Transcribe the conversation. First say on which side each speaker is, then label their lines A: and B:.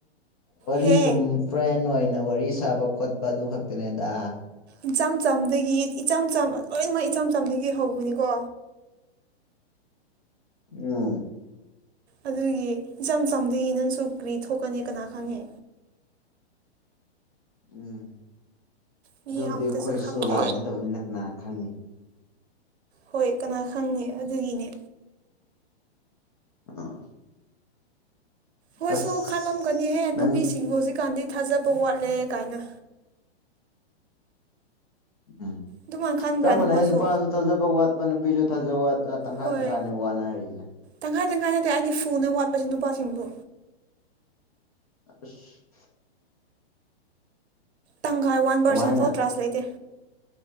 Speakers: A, on the left; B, on the right.
A: ꯋꯥꯔꯤ
B: ꯍꯦ
A: ꯁꯨꯝ ꯐ꯭ꯔꯦꯟ ꯑꯣꯏꯅ ꯋꯥꯔꯤ ꯁꯥꯕ ꯈꯣꯠꯄ ꯑꯗꯨ ꯈꯛꯇꯅꯦꯗ
B: ꯏꯆꯝ ꯆꯝꯗꯒꯤ ꯏꯆꯝ ꯆꯝ ꯂꯣꯏꯅꯃꯛ ꯏꯆꯝ ꯆꯝꯗꯒꯤ ꯍꯧꯕꯅꯤꯀꯣ
A: ꯎꯝ꯫
B: ꯑꯗꯨꯒꯤ ꯏꯆꯝ ꯆꯝꯒꯤ ꯅꯪꯁꯨ ꯀ꯭ꯔꯤ ꯊꯣꯛꯀꯅꯤ ꯀꯅꯥ ꯈꯪꯉꯦ꯫
A: ꯎꯝ
B: ꯃꯤ
A: ꯑꯗꯨꯕꯨꯗꯤ
B: ꯑꯃꯇꯁꯨ
A: ꯑꯩꯈꯣꯏꯁꯨ
B: ꯈꯪꯗꯦ
A: ꯂꯥꯏ ꯅꯠꯇꯕꯅꯤꯅ ꯀꯅꯥ ꯈꯪꯉꯤ꯫
B: ꯍꯣꯏ ꯀꯅꯥ ꯈꯪꯉꯦ ꯑꯗꯨꯒꯤꯅꯦ꯫
A: ꯑꯥ꯫
B: ꯍꯣꯏꯁꯨ
A: ꯑꯁ
B: ꯈꯜꯂꯝꯒꯅꯤꯍꯦ
A: ꯅꯪ
B: ꯅꯨꯄꯤꯁꯤꯡꯕꯨ ꯍꯧꯖꯤꯛꯀꯥꯟꯗꯤ ꯊꯥꯖꯕ ꯋꯥꯠꯂꯦ ꯀꯥꯏꯅ꯫
A: ꯎꯝ꯫
B: ꯑꯗꯨꯃꯥꯏꯅ ꯈꯟꯕ꯭ꯔꯥ
A: ꯆꯞ ꯃꯥꯟꯅ
B: ꯅꯈꯣꯏꯁꯨ
A: ꯑꯩ ꯅꯨꯄꯥꯁꯨ ꯊꯥꯖꯕ ꯋꯥꯠꯄ ꯅꯨꯄꯤꯁꯨ ꯊꯥꯖꯕ ꯋꯥꯠꯄ ꯇꯪꯈꯥꯏ
B: ꯍꯣꯏ
A: ꯇꯪꯈꯥꯏꯅꯦ ꯋꯥꯠꯅꯔꯤꯁꯦ
B: ꯇꯪꯈꯥꯏ ꯇꯪꯈꯥꯏ ꯅꯠꯇꯦ ꯑꯩꯗꯤ ꯐꯨꯅ ꯋꯥꯠꯄꯁꯦ ꯅꯨꯄꯥꯁꯤꯡꯕꯨ
A: ꯑꯁ
B: ꯇꯪꯈꯥꯏ ꯋꯥꯟ
A: ꯀꯃꯥꯏꯅ
B: ꯄꯔꯁꯦꯟꯐꯥꯎ ꯇ꯭ꯔꯥꯁ ꯂꯩꯇꯦ